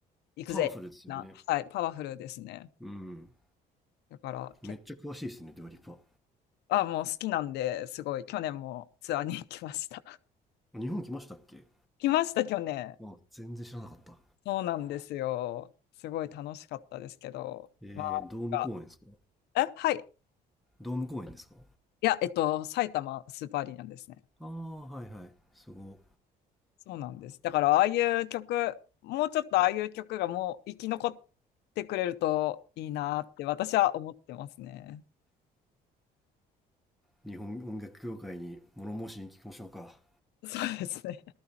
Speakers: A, on the left (about 75°); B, in the centre.
A: 行くぜな、
B: パワフルですよね
A: はい、パワフルですね。
B: うん
A: だから結
B: めっちゃ詳しいですねデュアリパ
A: あ、もう好きなんで、すごい、去年もツアーに行きました。<laughs>
B: 日本来ましたっけ
A: 来ました、去年。
B: あ全然知らなかった
A: そうなんですよ。すごい楽しかったですけど。
B: えー、
A: まあ、なんか
B: ドーム公演ですか
A: え、はい。
B: ドーム公演ですか
A: いや、えっと、埼玉スーパーアリーナですね。
B: ああーはいはいすごい
A: そうなんです。だから、ああいう曲、もうちょっとああいう曲がもう生き残ってくれるといいなって私は思ってますね。
B: 日本音楽協会に物申しに聞きましょうか
A: <laughs> そうですね。